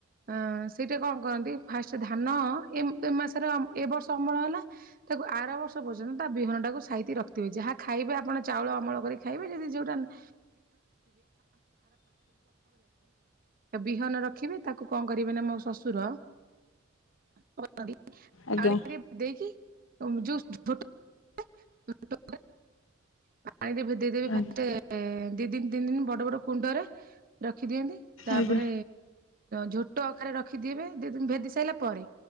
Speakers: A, on the right; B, on the left.
A: ଅ ସେଇଟା କଣ କରନ୍ତି ଫାଷ୍ଟ ଧାନ ଏ ମ ଏ ମାସରେ ଏ ବର୍ଷ ଅମଳ ହେଲା। ତାକୁ ଆର ବର୍ଷ ପର୍ଯ୍ୟନ୍ତ ତା ବିହନଟାକୁ ସାଇତି ରଖିଥିବେ। ଯାହା ଖାଇବେ ଆପଣ ଚାଉଳ ଅମଳ କରି ଖାଇବେ। ଯଦି ଯୋଉଟା <unintelligible> ବିହନ ର ରଖି। ତାକୁ କଣ କରିବେ ନା ମୋ ଶଶୁର <unintelligible>
B: ଆଜ୍ଞା
A: ପାଣିରେ ଦେଇକି ଯୋଉ <unintelligible> ପାଣିରେ ଭେ ଦେଇଦେବେ ଫାଷ୍ଟ
B: ଆଜ୍ଞା
A: ଦି ଦିନି ତିନି ଦିନି ବଡ ବଡ କୁଣ୍ଡରେ ରଖିଦିଅନ୍ତି। ତାପରେ
B: ଆଜ୍ଞା
A: ଝୋଟ ଅଖାରେ ରଖିଥିବେ ଦି ଦିନି ଭେଦି ସାରିଲା ପରେ।